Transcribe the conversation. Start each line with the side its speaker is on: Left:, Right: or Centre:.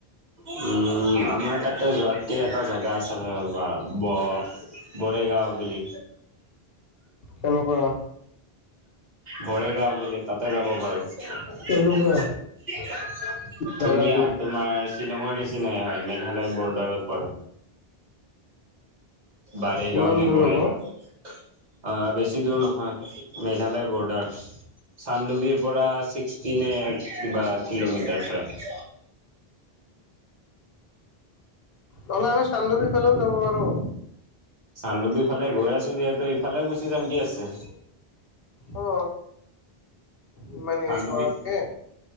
Right: উম উম আমাৰ তাতে যোৱাকৈ এটা জেগা আছে ৰবা ব বৰেগাঁও বুলি
Left: কেনেকুৱা
Right: বৰেগাওঁ বুলি কয় তাতে যাব পাৰো ধুনীয়া
Left: কেনেকুৱা জাগাটো
Right: তোমাৰ শ্বিলঙৰ নিচিনাই হয় মেঘালয় বৰ্ডাৰ পৰে বাৰেগাঁও
Left: কিমান
Right: নে
Left: দূৰ
Right: বৰেগাঁও
Left: হ'ব
Right: অ বেছি দূৰ নহয়, মেঘালয় বৰ্ডাৰ চানডুবিৰ পৰা ছিক্সটি নে কিবা কিলোমিটাৰ হয়
Left: নহ'লে আমি চানডুবিৰ ফালেও যাব পাৰো
Right: চানডুবিৰ ফালে গৈ আছো যিহেতু ইফালেও গুচি যাম কি আছে
Left: অ ইমান হেৰি
Right: চানডুবিত
Left: কৰাতকে